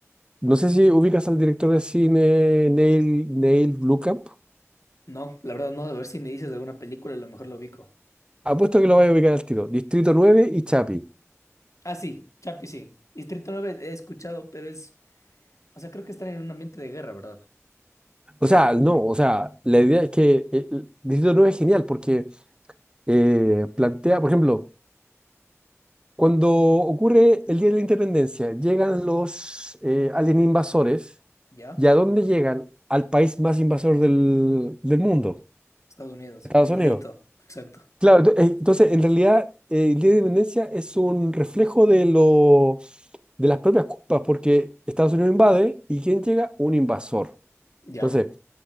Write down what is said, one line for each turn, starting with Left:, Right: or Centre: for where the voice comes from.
Right: no sé si ubicas al director de cine Neil, Neil Blomkamp,
Left: No, la verdad no. A ver si me dices alguna película, a lo mejor lo ubico.
Right: apuesto que lo vas a ubicar al tiro, Distrito nueve y Chapi
Left: Ah, sí. Chapi, sí. Distrito 9 he escuchado, pero es... O sea, creo que están en un ambiente de guerra, ¿verdad?
Right: O sea, no, o sea, la idea es que eh, el Distrito 9 es genial porque eh, plantea, por ejemplo, cuando ocurre el Día de la Independencia, llegan los eh, alien invasores,
Left: ¿Ya?
Right: ¿y a dónde llegan? Al país más invasor del, del mundo,
Left: Estados Unidos.
Right: Estados
Left: Primerito.
Right: Unidos.
Left: Exacto.
Right: Claro, ento- eh, entonces, en realidad, eh, el Día de la Independencia es un reflejo de, lo, de las propias culpas, porque Estados Unidos invade y ¿quién llega? Un invasor.
Left: Ya.
Right: Entonces,